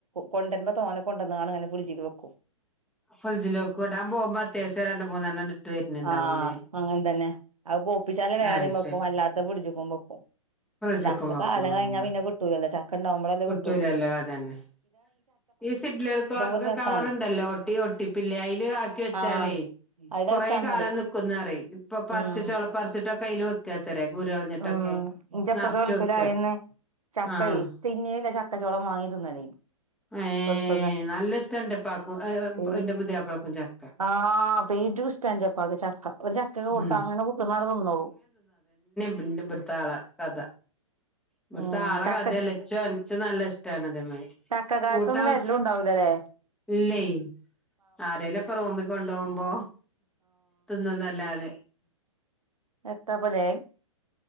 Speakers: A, on the right (about 85°); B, in the centre.
A: കൊണ്ടരുമ്പോ തോനെ കൊണ്ടന്നാണ് അങ്ങനെ ഫ്രിഡ്ജിൽ വെക്കും
B: ഫ്രിഡ്ജില് വെക്കും ഇടാൻ പോകുമ്പോ അത്യാവശ്യം രണ്ട് മൂന്നെണ്ണണ്ട് ഇട്ട് വര്ന്ണ്ടാവൂല്ലേ
A: ആഹ അങ്ങൻ തന്നെ പോപ്പിച്ചാൽള്ള വേറിം
B: അത്
A: വെക്കും
B: ശരി
A: അല്ലാത്ത ഫ്രിഡ്ജ് ക്കും വെക്കും
B: ഫ്രിഡ്ജ്ക്കും
A: ചക്കക്ക
B: വെക്കും
A: കാലം
B: ആഹ്
A: കഴിഞ്ഞ പിന്നെ കിട്ടൂലല്ല ചക്ക ഉണ്ടാകുംബളല്ലേ
B: കിട്ടൂലല്ലോ
A: കിട്ടള്ളൂ
B: അതന്നെ ഈ സിബ്ലർക്ക് ഒക്കെ
A: ഒരു രസാണ്
B: കവറുണ്ടല്ലോ ഒട്ടി ഒട്ടിപ്പ്ള്ള അയില് ആക്കി വെച്ചാലേ
A: ആഹ് അത്
B: കുറേ
A: തളിച്ചാ
B: കാലം
A: മതി
B: നിക്കുന്നറി ഇപ്പൊ പറി
A: ഉം
B: ച്ചിട്ടോളപ്പറിച്ചിട്ട് ഒക്കെ അയില് വെക്കാത്രേ കുരു കളഞ്ഞിട്ടൊക്കെ
A: ഉം ഇന്ടെപ്പ
B: നറച്ച്
A: ഗൾഫിലയെന്നു
B: വെക്കാ
A: ചക്ക
B: ആഹ്
A: തിങ്ങി ചക്ക ചക്ക ചോള മാങ്ങി തിന്നാലെനി
B: ഏ
A: കൊഴസല്ല
B: നല്ല ഇഷ്ട എന്റെപ്പാക്കും
A: <unintelligible>
B: എന്റെ പുതിയാപ്പളക്കും ചക്ക
A: ആ പേരും ഇഷ്ട ഇന്ടെ ഇപ്പക്ക് ചക്ക ചക്ക കൊടുത്താ
B: ഉം
A: അങ്ങനെ കുത്തിനാട് നിന്നോള്ളൂ
B: പിന്ന പിടുത്ത ആള കഥ ഇവിടുത്തെ
A: ഉം
B: ആളെ
A: ചക്ക
B: കഥ ഇച്ചും നല്ല ഇഷ്ടമാണ് അതേമാതിരി
A: ചക്കകാലത്തൊന്നും
B: കൂട്ടാൻ
A: വര്ലും ഉണ്ടാവലില്ലല്ലെ
B: ഇല്ലേ ആരലൊക്കെ റൂമിൽ കൊണ്ടു പോകുമ്പോ തിന്നും ന്നല്ലാദേ
A: എത്ത പ്പലെ